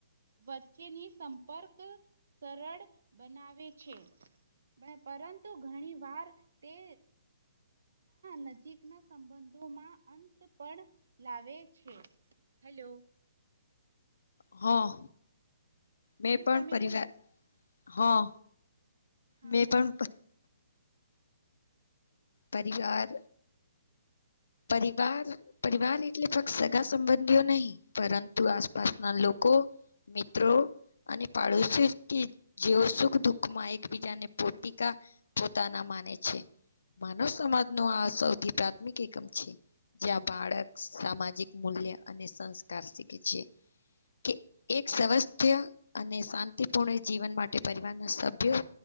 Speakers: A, on the right; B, on the left.
A: વચ્ચેની સંપર્ક સરળ બનાવે છે. પરંતુ ઘણી વાર તે નજીકના સંબંધોમાં અંત પણ લાવે છે, હેલો.
B: હા મેં
A: બેન
B: પણ
A: તમે
B: પરિવાર
A: કઈ
B: હા
A: હા
B: મે
A: બોલો
B: પણ પરિવાર પરિવાર પરિવાર એટલે ફક્ત સગા સંબંધીઓ નહીં પરંતુ આસપાસના લોકો મિત્રો અને પાડોશ કે જેઓ સુખ દુઃખ માં એકબીજાને પોતીકા પોતાના માને છે માનવ સમાજ નું આ સૌથી પ્રાથમિક એકમ છે જ્યાં બાળક સામાજિક મૂલ્ય અને સંસ્કાર શીખે છે
A: <inaudible>
B: કે એક સ્વાસ્થ્ય અને શાંતિપૂર્ણ જીવન માટે પરિવારના સભ્ય